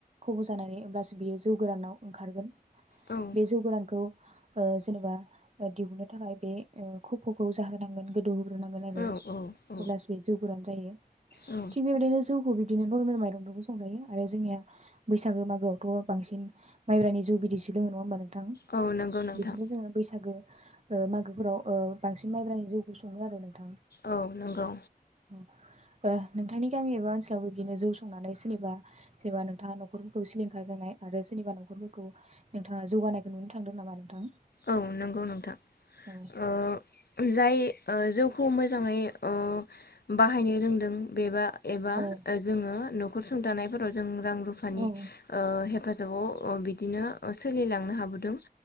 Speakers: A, on the right; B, on the left.
A: खफ' जानानै अब्लासो बियो जौ गोरानाव ओंखारगोन।
B: औ।
A: बे जौगोरानखौ ओ जेनेबा दिहुननो थाखाय बे ओ खफ'खौ जाहोनांगोन। दौ होग्रोनांगोन आरो
B: औ औ
A: अब्लासो बे जौफोरानो जायो
B: औ
A: थिग बेबायदिनो जौखौ बिदिनो नरमेल माइरंजोंबो संजायो। आरो जोंनिया बैसागो मागोआवथ' बांसिन माइब्रानि जौ बिदैसो लोङो नङा होनोमबा नों। थां
B: औ नंगौ नोंथां
A: बिदिनो जोङो बैसागो। ओ मागोफोराव ओ बांसिन माइब्रानि जौखौ सङो आरो नों। थां
B: औ नंगौ
A: औ। आ नोंथांनि गामि एबा ओनसोलावबो बिदिनो जौ संनानै सोरनिबा सोरबा नोंथाङा न'खरफोरखौ सिलिंखार जानाय आरो सोरनिबा न'खरफोरखौ नोंथाङा जौगानाय। नुनो थांदों नामा नोंथां।
B: औ नंगौ नोंथां।
A: औ
B: ओ जाय ओ जौखौ मोजाङै ओ बाहायनो रोंदों। बेबा एबा
A: औ
B: ओ जोङो। खर सुंथानायफोराव जों। रां रुफानि
A: औ
B: ओ हे। फाजाबाव ओ बिदिनो ओ सोलिलांनो हाबोदों।